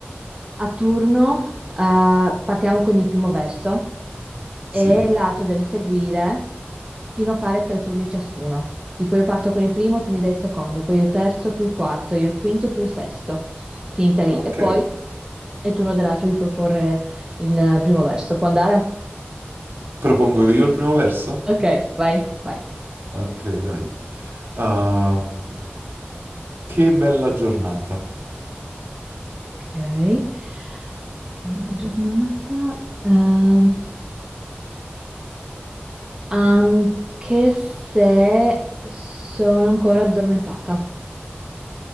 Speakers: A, on the right; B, on the right.
A: A turno eh, partiamo con il primo verso e
B: sì,
A: l'altro deve seguire fino a fare tre turni ciascuno. Tipo io parto con il primo, tu mi dai il secondo, poi io il terzo, tu il quarto, io il quinto, tu il sesto. Finita lì.
B: ok.
A: E poi è il turno dell'altro di proporre il primo verso. Può andare?
B: Propongo io il primo verso?
A: Ok, vai, vai.
B: Ok, dai. Ehm, che bella giornata.
A: Ok. Che bella giornata. Ehm, anche se sono ancora addormentata.